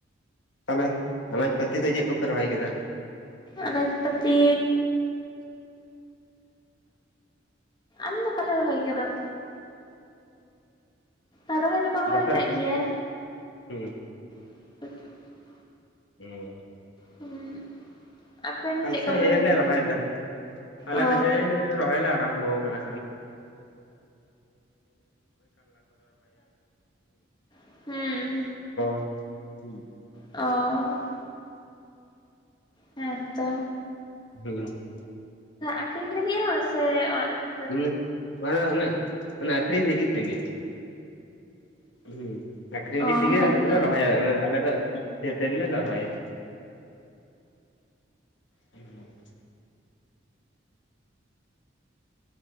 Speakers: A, on the left (about 65°); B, on the left (about 25°).
A: ᱛᱟᱦᱚᱞᱮ ᱟᱱᱟᱡ ᱯᱟᱹᱛᱤ ᱫᱚ ᱪᱮᱫ ᱠᱚᱯᱮ ᱨᱚᱦᱚᱭ ᱠᱮᱫᱟ?
B: ᱟᱱᱟᱡ ᱯᱟᱛᱤᱻ ᱟᱞᱤᱧ ᱫᱚ ᱵᱟᱞᱮ ᱨᱚᱦᱚᱭ ᱠᱟᱫᱟ <inaudible> ᱟᱨ ᱨᱚᱦᱚᱭ ᱫᱚᱠᱚ ᱨᱚᱦᱚᱭ
A: ᱵᱟᱯᱮ
B: ᱠᱟᱜ ᱜᱮᱭᱟ᱾
A: ᱦᱩᱸ᱾
B: <inaudible>
A: ᱦᱮᱸ᱾
B: ᱦᱩᱸ ᱟᱯᱮ ᱫᱚ
A: ᱟᱞᱮᱥᱮᱫ
B: ᱪᱮᱫ ᱠᱚᱯᱮ
A: ᱦᱮᱡ ᱮᱞ ᱞᱮ
B: ᱠᱟᱫᱟ
A: ᱨᱚᱦᱚᱭ ᱫᱟ ᱟᱞᱮ
B: ᱚ
A: ᱦᱚᱸ ᱦᱮ ᱞᱮ ᱨᱚᱦᱚᱭ ᱞᱮ ᱟᱨᱟᱢᱵᱷᱚ ᱟᱠᱟᱫᱟ᱾
B: ᱦᱩᱸ
A: <inaudible> <unintelligible>
B: ᱚᱻ ᱦᱮᱸᱛᱚ᱾
A: ᱦᱮᱸ <inaudible>
B: ᱟᱠᱷᱨᱤᱧ ᱞᱟᱜᱤᱫ ᱦᱚᱸ ᱥᱮ ᱚᱲᱟᱜᱼᱼ
A: ᱦᱮᱸ ᱚᱱᱟ ᱚᱱᱟᱮ ᱟᱠᱠᱷᱨᱤᱧ ᱞᱟᱹᱜᱤᱫ ᱛᱮᱜᱮ <inaudible> ᱟᱠᱷᱨᱤᱧ ᱞᱟᱹᱜᱤᱫ
B: ᱚ
A: ᱛᱮᱜᱮ
B: ᱦᱮᱸᱛᱚ
A: ᱞᱮ ᱨᱚᱦᱚᱭᱟ ᱟᱞᱮ ᱫᱚ ᱰᱷᱮᱨ ᱰᱷᱮᱨᱞᱮ ᱨᱚᱦᱚᱭᱟ᱾ ᱦᱩᱸ <inaudible>